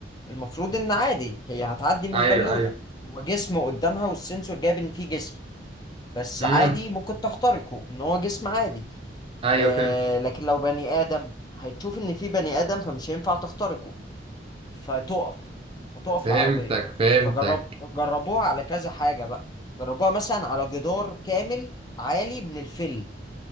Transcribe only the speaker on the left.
المفروض إن عادي هي هتعدي من
البالونة
هو جسم قدامها والسنسور جايب إن فيه جسم بس
عادي ممكن تخترقه إن هو جسم عادي
آه
لكن لو بني آدم هتشوف إن في بني آدم فمش هينفع تخترقه فتقف فتقف
العربية
فجرب جربوها على كذا حاجة بقى جربوها مثلا على جدار كامل عالي من الفيل